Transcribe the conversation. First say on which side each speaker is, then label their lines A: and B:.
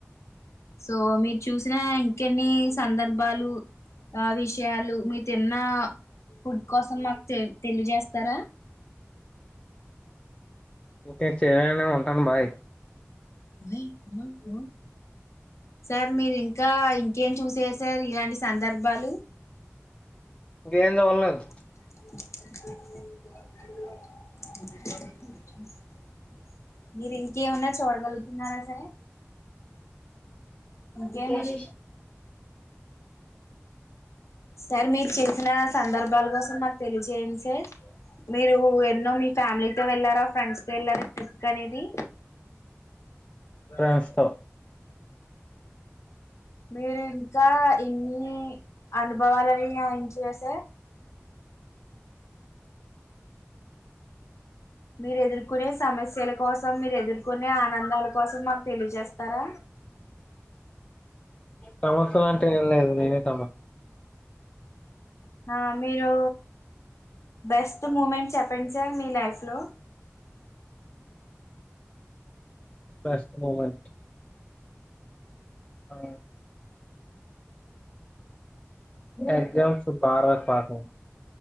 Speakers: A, on the left; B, on the left.
A: సో మీరు చూసిన ఇంకెన్ని సందర్భాలు అవి త్యాలు మీ తిన్న ఫుడ్ కోసం మాకు తె తెలియజేస్తారా
B: ఇంకా చేయను ఉంటాను బాయ్
A: ఓయ్ పో పో సార్ మీరు ఇంకా ఇంకేం చూశేషారు సార్ ఇలాంటి సందర్భాలు
B: ఎం చూడలేదు
A: <inaudible> మీరు ఇంకేమన్నా చూడగలుగుతున్నారా సార్ ఇంకేమి
B: ఇంకేం విషయ
A: సార్ మీరు చేసిన సందర్భాల కోసం మాకు తెలియజేయండి సార్ మీరు ఎన్నో మీ ఫ్యామిలీతో వెళ్ళారా ఫ్రెండ్స్ తో వెళ్లారా ట్రిప్ కి అనేది రాస్తా
B: ఫ్రెండ్స్ తో
A: మీరు ఇంకా ఇన్ని అనుభవాలని అంచే సార్ మీరు ఎదుర్కొనే సమస్యల కోసం మీరు ఎదుర్కొనే ఆనందాల కోసం మాకు తెలియజేస్తారా ఆ
B: సమస్య అంటే ఏం లేదు నేనే తమ
A: ఆ మీరు బెస్ట్ మూమెంట్ చెప్పండి సార్ మీ లైఫ్ లో
B: బెస్ట్ మూమెంట్ ఆ ఎగ్జామ్స్ బాగా రాసి పాస్ అయినాను